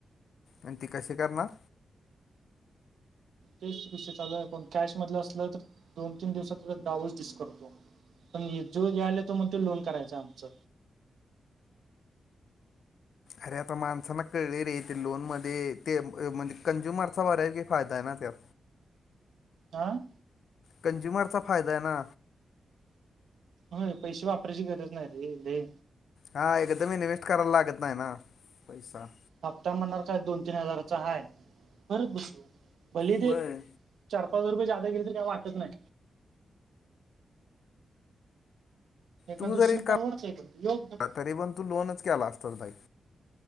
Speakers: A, on the left (about 75°); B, on the right (about 85°).
A: अन ती कशी करणार?
B: तेच विषय चालला पण कॅश मधलं असलं तर.. दोन तीन दिवसातचा <unintelligible> दिस करतो. पण जो आल तो म्हणतो लोन करायच आमच.
A: अरे आता माणसांना कळले रे ते लोनमध्ये ते म्हणजे कंझ्युमरचा बऱ्या पैकी फायदाये ना त्यात?
B: आ..
A: कंझ्युमरचा फायदाय ना?
B: होय पैसे वापरायची गरज नाहीरे ले?
A: हा एकदम इन्वे्स्ट करायला लागत नाही ना? पैसा.
B: हप्ता म्हणणार काय दोन तीन हजाराचा हाय. भरत बसू. भले ते
A: होय
B: चार पाच हजार रुपये ज्यादा गेले तरी काय वाटत नाय? एका
A: तू
B: दृष्टीने
A: जरी का
B: परवडतय पण योग्य
A: तरी पण तू लोनच केला असतास भाई?